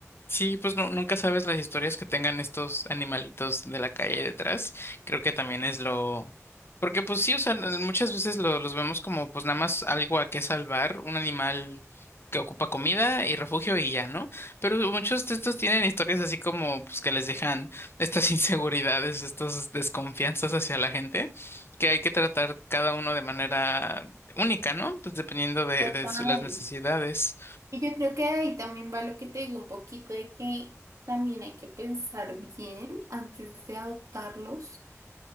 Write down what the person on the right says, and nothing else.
Total.
Y yo creo que ahí también va lo que te digo un poquito de que también hay que pensar bien antes de adoptarlos,